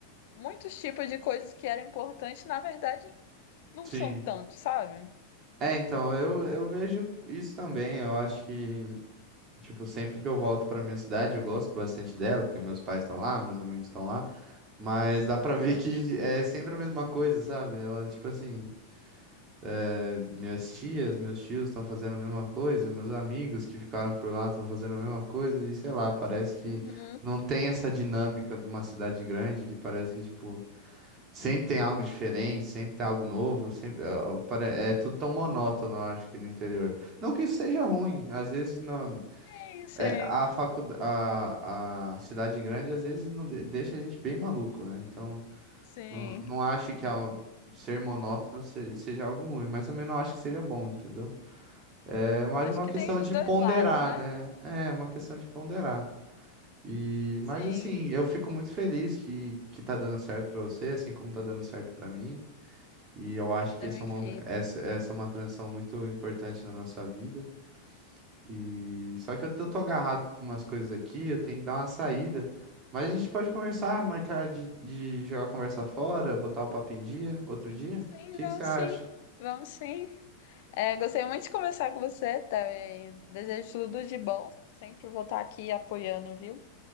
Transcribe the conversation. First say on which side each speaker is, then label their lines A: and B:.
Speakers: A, on the left; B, on the right.
A: muitos tipos de coisas que eram importantes, na verdade, não
B: sim.
A: são tantos, sabe?
B: É, então, eu, eu vejo isso também. Eu acho que, tipo, sempre que eu volto pra minha cidade, eu gosto bastante dela, porque meus pais estão lá, meus amigos estão lá. Mas dá pra
A: Uhum,
B: ver que é sempre a mesma coisa, sabe? Ela, tipo assim, é, minhas tias, meus tios estão fazendo a mesma coisa, meus amigos que ficaram por lá estão fazendo a mesma coisa, e sei lá, parece que
A: uhum.
B: não tem essa dinâmica de uma cidade grande, que parece que, tipo, sempre tem algo diferente, sempre tem algo novo, sempre, é, pare- é tudo tão monótono, eu acho, que no interior. Não que isso seja ruim, às vezes não,
A: Sim, sim,
B: é, a facu, a, a cidade grande, às vezes não de- deixa a gente bem maluco, né? Então.
A: sim.
B: Não, não acho que a- ser monótono se- seja algo ruim, mas também não acho que seja bom, entendeu? É mais
A: Acho
B: uma
A: que
B: questão
A: tem os
B: de
A: dois
B: ponderar,
A: lados, né?
B: né? É uma questão de ponderar. E, mas
A: Sim,
B: assim, eu fico muito feliz que, que tá dando certo pra você, assim como tá dando certo pra mim. E eu acho
A: também
B: que esse é um,
A: fico.
B: mom- essa, essa é uma transição muito importante na nossa vida. E só que eu tô, tô agarrado com algumas coisas aqui, eu tenho que dar uma saída. Mas a gente pode conversar, marcar de, de jogar conversa fora, botar o papo em dia, outro dia?
A: Sim,
B: O que
A: vamos
B: que você acha?
A: sim, vamos sim. É, gostei muito de conversar com você, Théo, e desejo tudo de bom. Sempre vou estar aqui apoiando, viu?